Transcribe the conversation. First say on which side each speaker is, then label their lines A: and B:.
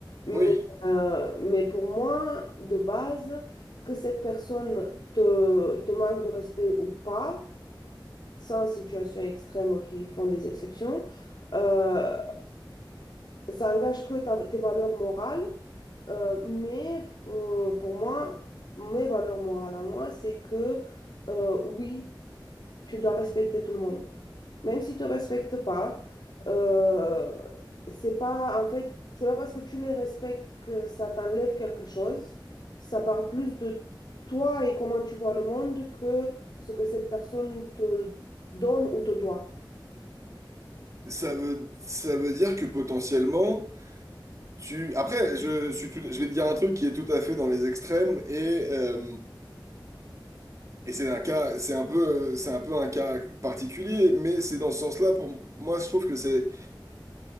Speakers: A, on the left; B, on the right.
A: Mais,
B: Oui.
A: euh, mais pour moi, de base, que cette personne te, te manque de respect ou pas, sans situation extrême qui font des exceptions, euh, ça engage que ta- tes valeurs morales. Euh, mais euh, pour moi, mes valeurs morales à moi, c'est que euh, oui, tu dois respecter tout le monde. Même si tu ne respectes pas, euh, c'est pas en fait, c'est pas parce que tu les respectes que ça t'enlève quelque chose. Ça parle plus de toi et comment tu vois le monde que ce que cette personne te donne ou te doit.
B: Ça veut, ça veut dire que potentiellement, tu... Après, je suis tout- je vais te dire un truc qui est tout à fait dans les extrêmes et, euh, Et c'est un cas, c'est un peu, c'est un peu un cas particulier, mais c'est dans ce sens-là, pour moi, je trouve que c'est